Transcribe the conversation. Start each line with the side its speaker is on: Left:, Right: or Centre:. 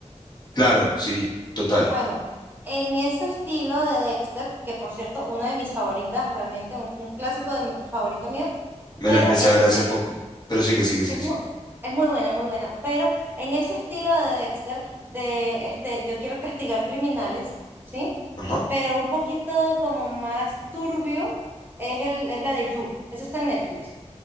Left: Claro, sí, total.
Right: Bueno, en ese estilo de Dexter, que por cierto, una de mis favoritas, realmente un, un clásico de mi favorito mío,
Left: Me
Right: pero
Left: la empecé
Right: este
Left: a ver hace poco, pero sigue, sigue, sigue,
Right: es
Left: sigue.
Right: muy, es muy buena, muy buena. Pero en ese estilo de Dexter, de este, yo quiero castigar criminales, ¿sí?
Left: Ajá,
Right: Pero un poquito como más turbio es el, es la de You. Eso está en Netflix.